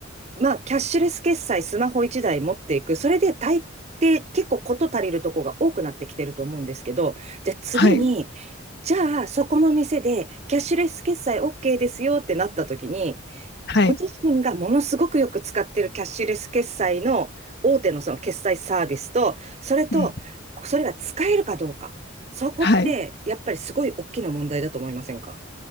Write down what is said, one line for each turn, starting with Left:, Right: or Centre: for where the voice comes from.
Right: まあ、キャッシュレス決済、スマホ一台持っていく。それで大抵結構事足りるとこが多くなってきてると思うんですけど、じゃあ次に、
Left: はい。
Right: じゃあ、そこの店で、キャッシュレス決済 OK ですよってなった時に、
Left: はい。
Right: ご自身がものすごくよく使ってるキャッシュレス決済の大手のその決済サービスと、それと、
Left: うん。
Right: それが使えるかどうか。そこって、
Left: はい。
Right: やっぱりすごい大きな問題だと思いませんか